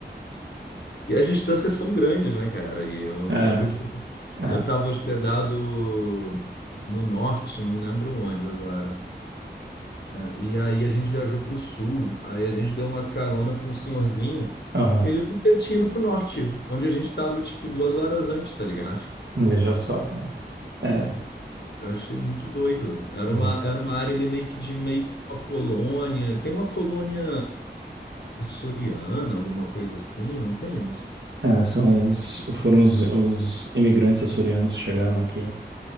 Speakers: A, on the left; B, on the right.
A: E as distâncias são grandes, né, cara? E eu
B: É,
A: me lembro que
B: é,
A: eu estava hospedado no norte, não lembro onde agora. E aí a gente viajou para o sul, aí a gente deu uma carona para um senhorzinho.
B: aham.
A: Ele nunca tinha ido para o norte, onde a gente estava tipo duas horas antes, tá ligado?
B: Veja só, cara. É,
A: Eu achei muito doido. Era
B: louco.
A: uma, era uma área ali meio que de meio que uma colônia. Tem uma colônia açoriana, alguma coisa assim, não tem? Não sei.
B: É, é, são os, foram os, os imigrantes açorianos que chegaram aqui.